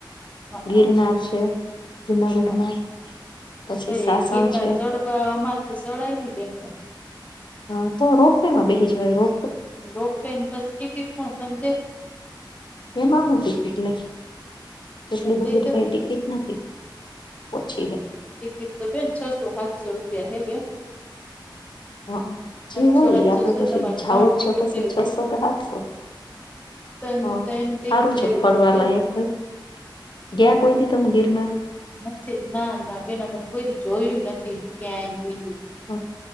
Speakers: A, on the left; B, on the left.
A: હા
B: ગિરનાર છે જુનાગઢમાં
A: હા હ હા
B: પછી
A: ના
B: સાસણ
A: ગિરનાર
B: છે
A: ચડ અમારથી સળાય ને બેન
B: હ તો રોપવે ના બેહી જવાય રો
A: રોપવેે બસ ટિકિટ પણ તમજ
B: એમાં હું ટિકિટ લે એટલી
A: પણ
B: બધી
A: લઈ જ
B: કઈ ટિકિટ નથી ઓછી હે
A: ખીટ તો બેન છસો સાતસો રૂપિયા હે બેન
B: હા
A: સાતસો
B: જે હોય
A: સાતસો
B: આપડે
A: છે
B: પછી
A: તમારે
B: જઉું
A: ત્રણ ટિકિટ
B: જ છે પછી
A: લેવી
B: છસો
A: પડે
B: કે સાતસો
A: ત્રણ
B: હ
A: ત્રણ ટિકિટ
B: સારું છે
A: લેવી
B: ફળ
A: પડે
B: વાલા
A: બેન અમારે
B: એક ભાઈ ગયા કોઈ ત તમ ગિરનાર
A: નથી ના ના બેનામાં કોઈ જોયું નથી ક્યાંય ગલું
B: હ